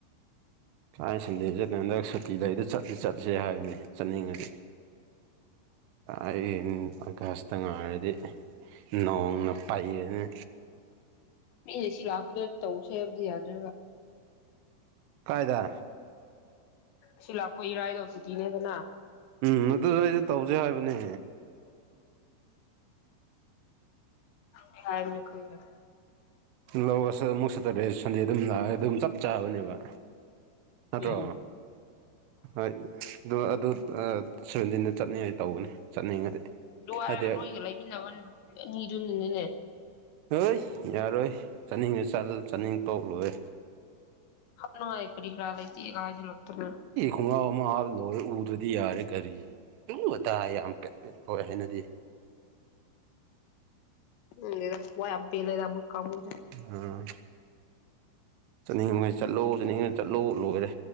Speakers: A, on the right; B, on the left.
A: ꯁꯥꯏ ꯁꯟꯗꯦ ꯆꯠꯅ ꯍꯟꯗꯛ ꯁꯨꯇꯤ ꯂꯩꯗ ꯆꯠꯇꯤ ꯆꯠꯁꯦ ꯍꯥꯏꯕꯅꯤ ꯆꯠꯅꯤꯡꯉꯗꯤ꯫ ꯑꯩꯩꯅ ꯑꯀꯥꯁꯇ ꯉꯥꯏꯔꯗꯤ ꯅꯣꯡꯅ ꯄꯥꯏꯔꯅꯤ꯫
B: ꯃꯤꯅ ꯁꯤ ꯂꯥꯛꯄꯗꯨ ꯇꯧꯁꯦ ꯍꯥꯏꯕꯗꯤ ꯌꯥꯗ꯭ꯔꯒ꯫
A: ꯀꯥꯏꯗ
B: ꯁꯤ ꯂꯥꯛꯄ ꯏꯔꯥꯏꯗꯣ ꯆꯤꯇꯤꯅꯦꯗꯅ
A: ꯎꯝ ꯑꯗꯨꯗꯣ ꯑꯩꯁꯨ ꯇꯧꯁꯦ ꯍꯥꯏꯕꯅꯦ
B: ꯀꯩ ꯍꯥꯏꯕꯅꯣ ꯈꯪꯗꯔꯦ
A: ꯂꯧꯔ ꯑꯃꯨꯛ ꯁꯦꯇꯔꯗꯦ ꯁꯟꯗꯦꯗ ꯑꯗꯨꯝ ꯂꯥꯛꯑꯦ ꯑꯗꯨꯝ ꯆꯞ ꯆꯥꯕꯅꯦꯕ ꯅꯠꯇ꯭ꯔꯣ
B: ꯎꯝ
A: ꯍꯣꯏ ꯑꯗꯨ ꯑꯗꯨ ꯁꯚꯦꯟꯇꯤꯟꯗ ꯆꯠꯅꯤꯡꯉꯥꯏ ꯇꯧꯒꯅꯤ ꯆꯠꯅꯤꯡꯉꯗꯤ
B: ꯑꯗꯨ ꯍꯥꯏꯔꯒ
A: ꯍꯥꯏꯗꯤ
B: ꯅꯣꯏꯒ ꯂꯩꯃꯤꯟꯅꯕ ꯑꯅꯤꯗꯨꯅꯤꯅꯤꯅꯦ
A: ꯍꯣꯏ ꯌꯥꯔꯣꯏ ꯆꯠꯅꯤꯡꯉ ꯆꯂ ꯆꯥꯅꯤꯡ ꯇꯣꯛꯂꯣꯏꯔꯦ
B: ꯍꯅꯥꯏ ꯀꯔꯤ ꯈꯔꯥ ꯂꯩꯇꯦꯒ ꯍꯥꯏꯖꯤꯟꯂꯛꯇꯅ
A: ꯈꯣꯡꯒꯥꯎ ꯑꯃ ꯍꯥꯞ ꯂꯣꯏꯔꯦ ꯎꯗ꯭ꯔꯗꯤ ꯌꯥꯔꯦ ꯀꯔꯤ ꯎꯕꯇꯥꯥꯏ ꯌꯥꯝ ꯄꯦꯠ ꯄꯦꯠ ꯂꯣꯏꯔꯦ ꯍꯩꯅꯗꯤ꯫
B: ꯎ ꯗꯦꯗꯥ ꯋꯥ ꯌꯥꯝ ꯄꯦꯠꯂꯦꯗ ꯃꯣꯏ ꯀꯥꯡꯃꯨꯁꯦ
A: ꯑꯥ ꯆꯠꯅꯤꯡꯕꯉꯩ ꯆꯠꯂꯣ ꯆꯠꯅꯤꯡꯉ ꯆꯠꯂꯣ ꯂꯣꯏꯔꯦ